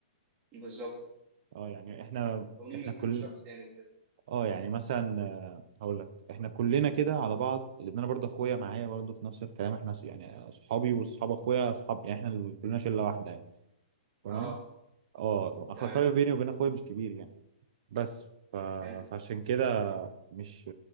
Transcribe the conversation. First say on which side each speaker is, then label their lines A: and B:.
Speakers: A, on the right (about 25°); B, on the right (about 50°).
A: بالظبط
B: اه يعني احنا
A: مكونين
B: احنا
A: من
B: كل
A: كم شخص يعني وكده
B: اه يعني مثلا آه، هقول لك احنا كلنا كده على بعض لان انا برضه اخويا معايا برضه في نفس الكلام احنا س- يعني اصحابي واصحاب اخويا اصحاب يعني احنا اللي كلنا شله واحده يعني تمام
A: اه
B: اه اخر
A: تمام
B: الفرق بيني وبين اخويا مش كبير يعني بس ف...
A: حلو
B: فعشان كده مش